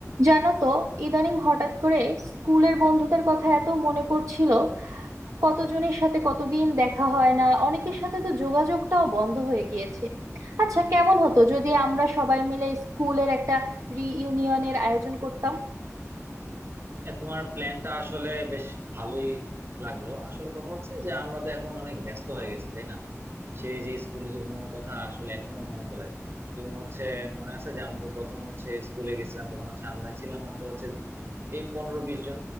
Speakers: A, on the right (about 70°); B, on the right (about 50°).
A: জানো তো ইদানিং হঠাৎ করে স্কুলের বন্ধুদের কথা এত মনে পড়ছিল কতজনের সাথে কতদিন দেখা হয় না অনেকের সাথে তো যোগাযোগটাও বন্ধ হয়ে গিয়েছে আচ্ছা কেমন হতো যদি আমরা সবাই মিলে স্কুলের একটা রিইউনিয়নের আয়োজন করতাম
B: হ্যাঁ তোমার প্ল্যানটা আসলে বেশ ভালোই লাগলো আসলে কথা হচ্ছে যে আমরা তো এখন অনেক ব্যস্ত হয়ে গেছি তাই না সেই যে স্কুল জীবনের কথা আসলে এখনো মনে পড়ে তুমি হচ্ছে মনে আছে যে আমাদের প্রথম হচ্ছে স্কুলে গেছিলাম তখন হচ্ছে আমরা ছিলাম মাত্র হচ্ছে এই পনেরো বিশ জন